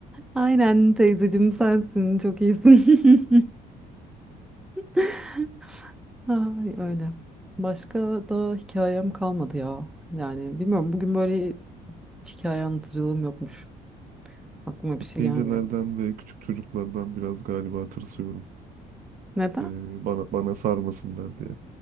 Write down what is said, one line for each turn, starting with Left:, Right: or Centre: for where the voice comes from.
Centre: Aynen teyzeciğim sensin. Çok iyisin. <laughs> Ay, öyle. Başka da hikayem kalmadı ya. Yani bilmiyorum bugün böyle hiç hikaye anlatıcılığım yokmuş. Aklıma bir şey
Right: Teyzelerden
Centre: gelmiyor.
Right: ve küçük çocuklardan biraz galiba tırsıyorum.
Centre: Neden?
Right: Ee, bana bana sarmasınlar diye.